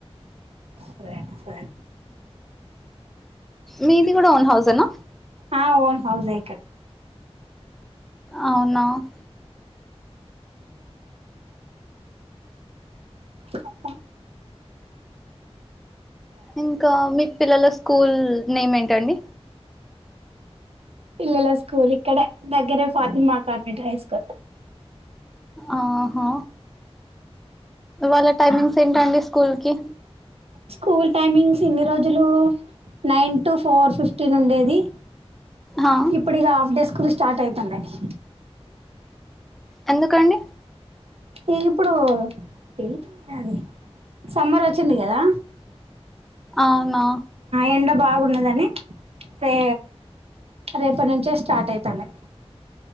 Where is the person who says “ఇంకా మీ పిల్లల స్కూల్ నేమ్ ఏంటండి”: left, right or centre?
Centre